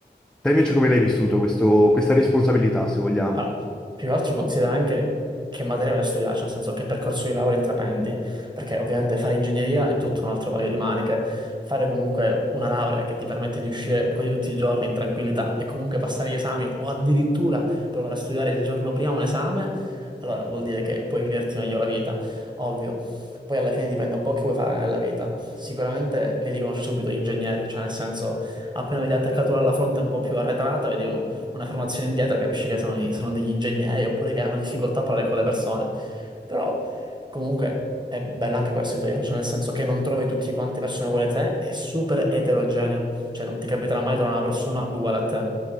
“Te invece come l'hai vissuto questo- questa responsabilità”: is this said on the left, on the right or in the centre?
Centre